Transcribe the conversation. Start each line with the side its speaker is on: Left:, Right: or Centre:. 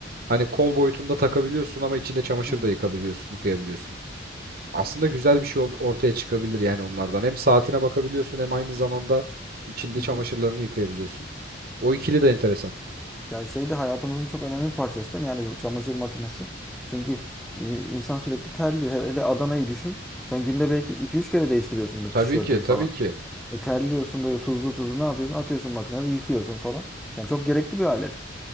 Right: hani kol boyutunda takabiliyorsun ama içinde çamaşır
Centre: Hı hı.
Right: da yıkabiliyorsun, yıkayabiliyorsun. Aslında güzel bir şey ol- ortaya çıkabilir yani onlardan. Hem saatine bakabiliyorsun hem aynı zamanda içinde
Centre: Hı hı.
Right: çamaşırlarını yıkayabiliyorsun. O ikili de enteresan.
Centre: Ya şey de hayatımızın çok önemli bir parçası değil mi? Yani bu çamaşır makinesi. Çünkü e, insan sürekli terliyor. Hele hele Adana'yı düşün. Sen günde belki iki üç kere değiştiriyorsundur
Right: Tabii
Centre: tişörtünü
Right: ki, tabii
Centre: falan.
Right: ki.
Centre: E terliyorsun böyle tuzlu tuzlu ne yapıyorsun? Atıyorsun makinede yıkıyorsun falan. Yani çok gerekli bir alet.